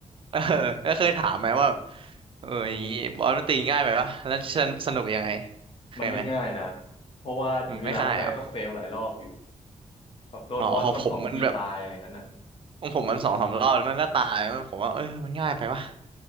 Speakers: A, on the right (about 45°); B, on the left (about 45°).
A: เออก็เคยถามไหมว่าเอออย่างงี้บอลมันตีง่ายไหมวะแล้วสนสนุกยังไงเคยไหม
B: <laughs> มันไม่ง่ายนะเพราะว่าถึงมีรางรถไฟก็เฟลหลายรอบอยู่
A: มันไม่ค่ายเหรอ
B: แบบโดนบอสชนสองทีตายอะไรงั้นน่ะ
A: อ๋อของผมมันแบบของผมมันสองสามรอบแล้วมันก็ตายมันผมว่าเออมันง่ายไปวะ